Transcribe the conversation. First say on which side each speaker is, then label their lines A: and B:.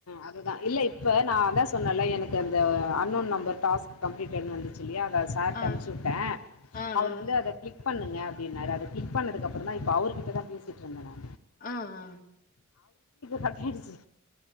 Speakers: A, on the left; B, on the left.
A: அதுதா இல்ல இப்ப நா அதா சொன்னேல எனக்கு அந்த அன்னோன் நம்பர் டாஸ்க் கம்பளிட்டட் வந்துச்சல்லியா சார்ட்ட
B: ஆ
A: அனுப்ச்சு விட்டே
B: ஆ
A: அவர்
B: ஆ
A: வந்து அத கிளிக் கிளிக் பண்ணுங்க அப்டினாரு அத கிளிக் பண்ணதுக்கப்றோ தா இப்ப அவர்கிட்ட தா பேசிட்டு இருந்தே நானு
B: ஆ ஆ
A: பக்கிருச்சு